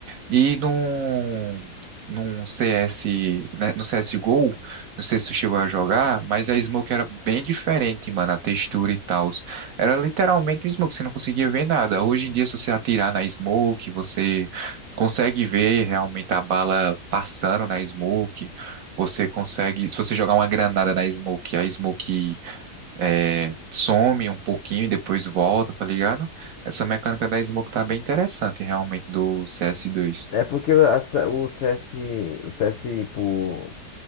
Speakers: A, on the right; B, on the left.
A: E num, num CS, né, no CSGO, não sei se tu chegou a jogar, mas a Smoke era bem diferente, mano, a textura e tal. Era literalmente um Smoke, você não conseguia ver nada. Hoje em dia, se você atirar na Smoke, você consegue ver realmente a bala passando na Smoke. Você consegue, se você jogar uma granada na Smoke, a Smoke é, some um pouquinho e depois volta, tá ligado? Essa mecânica da Smoke tá bem interessante realmente do cs dois.
B: É porque a C- o C S o CS por,